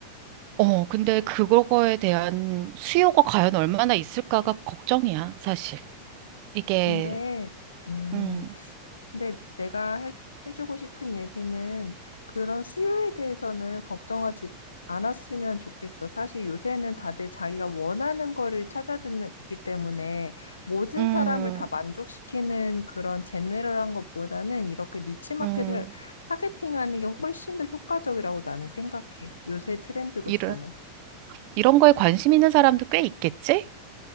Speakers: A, on the right (about 45°); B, on the left (about 75°).
A: 어, 근데 그거에 대한 수요가 과연 얼마나 있을까가 걱정이야, 사실. 이게,
B: 근데 음.
A: 음,
B: 근데 내가 해, 해주고 싶은 얘기는 그런 수요에 대해서는 걱정하지 않았으면 좋겠어. 사실 요새는 다들 자기가 원하는 거를 찾아듣기 때문에 모든
A: 음,
B: 사람을 다 만족시키는 그런 제네럴한 것보다는 이렇게 니치 마켓을
A: 음,
B: 타겟팅하는 게 훨씬 더 효과적이라고 나는 생각해. 요새 트렌드로서는.
A: 이런, 이런 거에 관심 있는 사람도 꽤 있겠지?